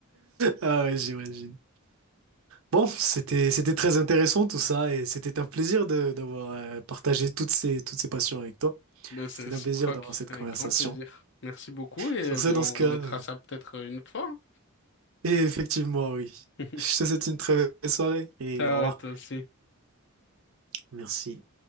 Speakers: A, on the right (about 70°); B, on the left (about 55°).
A: Ah ouais, j'imagine. Bon, c'était c'était très intéressant tout ça et c'était un plaisir de d'avoir euh, partagé toutes ces toutes ces passions avec toi.
B: Mais c'est
A: C'était
B: réciproque,
A: un plaisir d'avoir cette
B: avec
A: conversation.
B: grand plaisir. Merci beaucoup et
A: Sur
B: euh,
A: ce,
B: ben,
A: dans
B: on
A: ce cas,
B: remettra
A: euh,
B: ça peut-être euh, une autre fois.
A: et effectivement, oui.
B: <laughs>
A: Je te souhaite une très belle soirée et
B: Ciao
A: au revoir.
B: à toi aussi.
A: Merci.